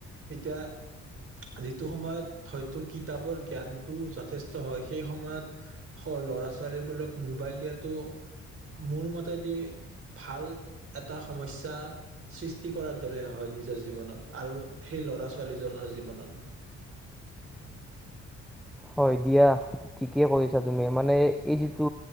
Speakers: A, on the right; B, in the centre.
A: এতিয়া যিটো সময়ত হয়তো কিতাপৰ জ্ঞানটো যথেষ্ট হয় সেই সময়ত ল'ৰা ছোৱালীবোৰক মোবাইল দিয়াটো মোৰ মতেদি ভাল এটা সমস্যা সৃষ্টি কৰাৰ দৰে হয় নিজৰ জীৱনত আৰু সেই ল'ৰা ছোৱালীজনৰ জীৱনত
B: হয় দিয়া ঠিকে কৈছা তুমি মানে এই যিটো